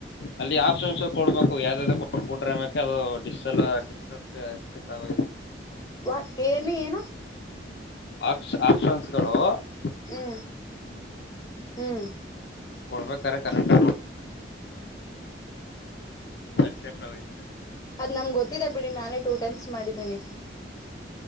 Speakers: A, on the left; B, on the left.
A: ಅಲ್ಲಿ ಆಪ್ಷನ್ಸ್ ಕೊಡ್ಬೇಕು ಯಾವ್ದ್ದ್ ಕೊಟ್ರ ಅದು ಡಕ್ಸೆಪ್ಟ ಆಗ
B: ವ ಏನು ಏನ
A: ಆಪ್ಷನ್ಸ್ಗಳುಲ್ವಾ
B: ಹ್ಮ್ ಹ್ಮ್
A: ಕೊಡ್ಬೇಕಾರೆ ಕರೆಕ್ ಕ್ಸಪ್ಟ ಆ ಇ
B: ಅದ್ ನಮ್ಗೆ ಗೊತ್ತಿದ್ದ ಬಿಡಿ ನಾನೇ ಟೂ ಟೈಮ್ಸ್ ಮಾಡಿದ್ದೀನಿ